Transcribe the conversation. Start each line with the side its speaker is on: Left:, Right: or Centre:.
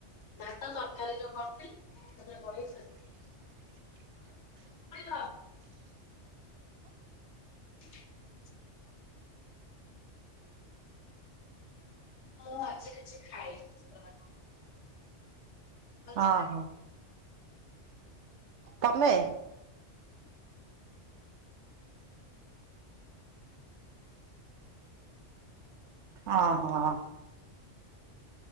Left: ଭାତ ତରକାରୀ ଯୋଉ କରିଚି? <unintelligible> <unintelligible> ମୁଁ ଆଜିି କିଛି ଖାଇନି <unintelligible> ହଉ ଛାଡେ
Right: ଓହୋ ତମେ? ଅ ହଁ